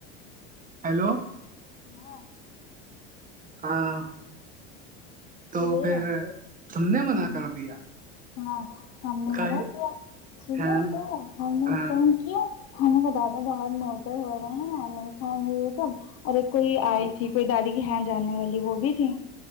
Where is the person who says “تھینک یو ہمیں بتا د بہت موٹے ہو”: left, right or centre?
Left